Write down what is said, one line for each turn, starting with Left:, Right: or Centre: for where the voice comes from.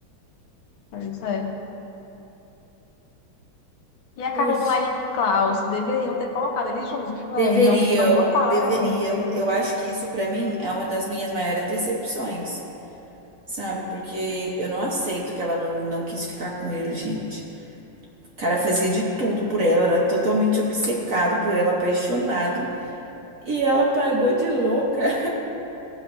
Left: É isso aí. E a
Right: Puxa.
Left: Caroline e Klaus, deveriam ter colocado eles juntos, né?
Right: Deveriam,
Left: E não, não botaram.
Right: deveriam.
Left: É bem
Right: Eu
Left: triste.
Right: acho que isso pra mim é uma das minhas maiores decepções, sabe? Porque eu não aceito que ela não, não quis ficar com ele, gente. O cara fazia de tudo por ela, era totalmente obcecado por ela, apaixonado, e ela pagou de louca. <laughs>